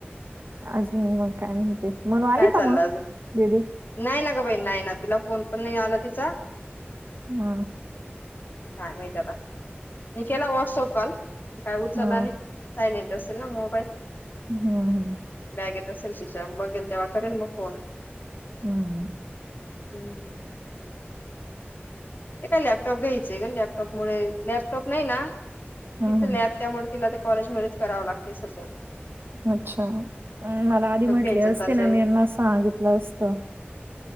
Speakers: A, on the right (about 60°); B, on the left (about 55°).
A: अजून मग काय म्हणते? म्हणू आली
B: काय चाललं
A: का मग दीदी
B: नाही न का बाई नाही ना तिला फोन पण नाही आला तिचा.
A: हम
B: काय माहित आता मी केला वॉट्सअप कॉल काय उचलला
A: हा
B: आणि सयलेंट असलं ना मोबाईल.
A: हम् हम्
B: बॅगेत असेल तिच्या बघेल तेव्हा करेल मग फोन.
A: हम
B: हम् ते काय लॅपटॉप घ्यायचण लॅपटॉप मुळे लॅपटॉप नाही ना
A: हम्म
B: तिथ लॅप
A: हम्म
B: त्यामुळे तिला ते कॉलेज मध्येच करावं लागत सगळ.
A: अच्छा मला आधी म्हटले
B: घ्यायचं
A: असते
B: चाललंय
A: ना मी यांना सांगितलं असतं.